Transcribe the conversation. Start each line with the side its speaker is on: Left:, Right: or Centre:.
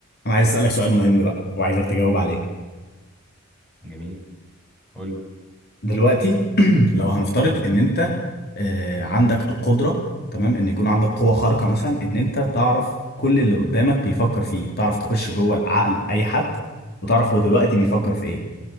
Left: انا عايز اسالك سؤال مهم بقى وعايزك تجاوب عليه
Centre: جميل قول لي
Left: دلوقتي <clears throat> لو هنفترض ان انت آه، عندك القدره تمام ان يكون عندك قوه خارقه مثلا ان انت تعرف كل اللي قدامك بيفكر فيه تعرف تخش جوه العقل اي حد وتعرف هو دلوقتي بيفكر في ايه